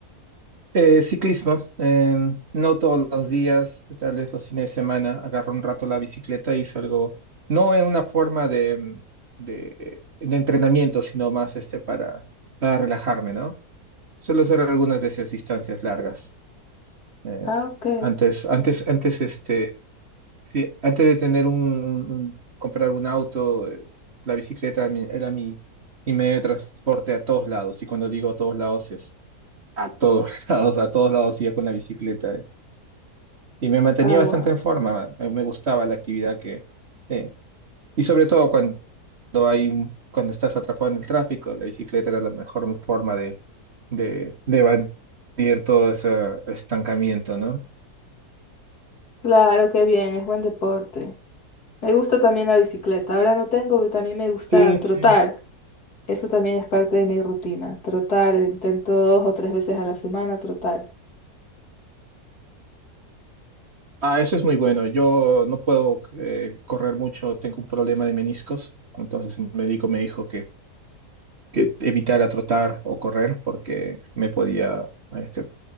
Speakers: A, on the right; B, on the left.
A: Eh, ciclismo, em, no todos los días, tal vez los fines de semana, agarro un rato la bicicleta y salgo, no en una forma de, mm, de, de entrenamiento, sino más este para, para relajarme, ¿no? Suelo hacer algunas veces distancias largas. eh,
B: Ah, ok.
A: antes, antes, antes, este, sí, antes de tener un, un- un- comprar un auto, eh, la bicicleta era mi, era mi mi medio de transporte a todos lados. Y cuando digo a todos lados es a todos <laughs> lados, a todos lados iba con la bicicleta. eh y me mantenía
B: Agua.
A: bastante en forma, me, me gustaba la actividad que... eh, y sobre todo cuando hay, un- cuando estás atrapado en el tráfico, la bicicleta era la mejor forma de, de, de evadir todo ese estancamiento, ¿no?
B: Claro, qué bien, es buen deporte. Me gusta también la bicicleta. Ahora no tengo, pero también me gusta
A: Sí,
B: trotar.
A: sí.
B: Eso también es parte de mi rutina. Trotar, intento dos o tres veces a la semana trotar.
A: Ah, eso es muy bueno. Yo no puedo eh, correr mucho, tengo un problema de meniscos, entonces el médico me dijo que, que evitara trotar o correr porque me podía este,